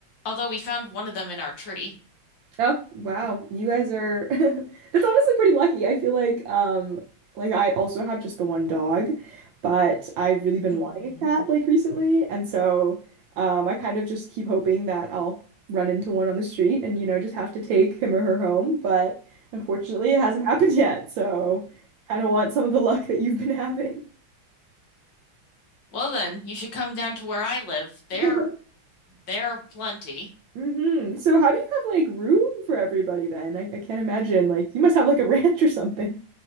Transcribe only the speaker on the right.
Oh, wow. You guys are <laughs> that's honestly pretty lucky. I feel like um like I also have just the one dog, but I've really been
wanting a cat like recently, and so um I kind of just keep hoping that I'll run into one on the street and you know just have to take him or her home, but unfortunately it hasn't
happened yet. So kind of want some of the luck that you've been having.
<laughs>
hmm So how do you have like room for everybody then? I, I can't imagine. Like you must have like a <laughs> ranch or something.